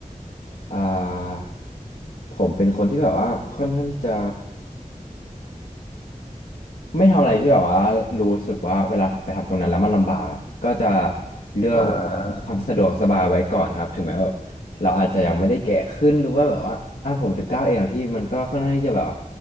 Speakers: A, on the left; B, on the left.
A: อ่าผมเป็นคนที่แบบว่าค่อนข้างที่จะ ไม่ทำอะไรที่แบบว่ารู้สึกว่าเวลาไปทำตรงนั้นแล้วมันลำบากอะก็จะเลือกแบบว่าความสะดวกสบายไว้ก่อนครับถึงแม้แบบเราอาจจะยังไม่ได้แก่ขึ้นหรือว่าแบบว่าอ่ะผมสิบเก้าเองอะพี่มันก็ค่อนข้างที่จะแบบว่า
B: อ่า